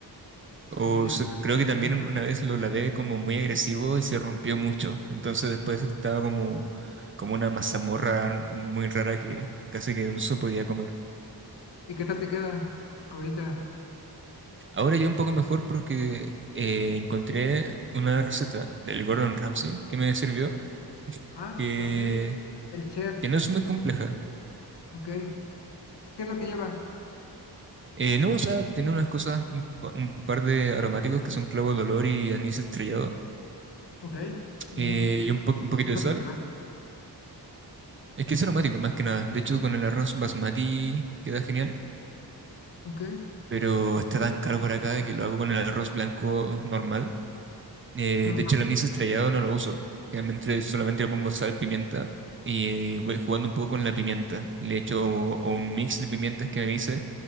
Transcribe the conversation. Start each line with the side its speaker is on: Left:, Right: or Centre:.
Left: Sí,
Right: O
Left: es
Right: se- creo
Left: la posición
Right: que también
Left: con
Right: una
Left: el
Right: vez
Left: atún.
Right: lo lavé como muy agresivo y se rompió mucho. Entonces después estaba como, como una mazamorra muy rara que casi que no se podía comer.
Left: ¿Y qué tal te queda ahorita?
Right: Ahora ya un poco mejor porque eh, encontré una receta del Gordon Ramsay que me sirvió,
Left: Ah,
Right: que,
Left: ok. El chef,
Right: que no es muy compleja.
Left: ok. ¿Qué es lo que lleva?
Right: Eh, no, o sea, tiene unas cosas, un, pa- un par de aromáticos que son clavo de olor y anís estrellado,
Left: Ok. Muy
Right: eh, y un, po- un poquito
Left: muy
Right: de
Left: particular.
Right: sal. Es que es aromático más que nada. De hecho, con el arroz basmati queda genial,
Left: Ok.
Right: pero está tan caro por acá que lo hago con el arroz blanco normal. Eh,
Left: No,
Right: de hecho, el anís estrellado no lo uso. Realmente solamente le pongo sal, pimienta y voy jugando un poco con la pimienta. Le echo o un mix de pimientas que me hice,